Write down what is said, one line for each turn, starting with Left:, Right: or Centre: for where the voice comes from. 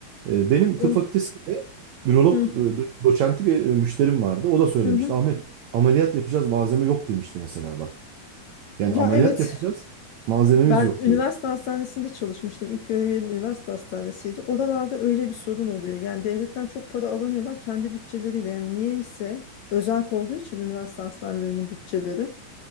Right: E, benim
Left: on,
Right: tıp fakültesinde ürolog
Left: hı, hı,
Right: e, do- doçenti bir e, müşterim vardı. O da söylemişti
Left: hı. hı.
Right: Ahmet ameliyat yapacağız malzeme yok demişti mesela bak. Yani
Left: Ya
Right: ameliyat
Left: evet.
Right: yapacağız malzememiz
Left: Ben
Right: yok
Left: üniversite
Right: diyordu.
Left: hastanesinde çalışmıştım. İlk görevim üniversite hastanesiydi. Oralarda öyle bir sorun oluyor. Yani devletten çok para alamıyorlar kendi bütçeleriyle. Yani niyeyse özel olduğu için üniversite hastanelerinin bütçeleri.